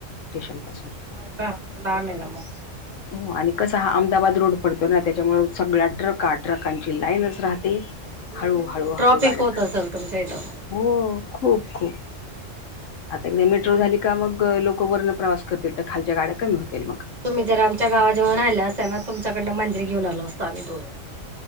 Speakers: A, on the left (about 75°); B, on the right (about 35°).
A: स्टेशनपासुन.
B: हो का लांब आहे ना मग.
A: हो आणि कस हा अहमदाबाद रोड पडतो ना, त्याच्यामुळे सगळ्या ट्रका ट्रकांची लाईनच राह ते
B: हम्म
A: हळू हळू
B: ट्रॉफिक
A: हळू गाड्या,
B: होत असेल तुमच्या इथं.
A: हो खूप खूप. आता एकदा मेट्रो झाली का मग, लोक वरन प्रवास करतील तर खालच्या गाड्या कमी होतील मग
B: तुम्ही जर आमच्या गावाजवळ राहिला असाल ना, तुमच्याकडनं मांजरी घेऊ आलो असतो आम्ही दोन.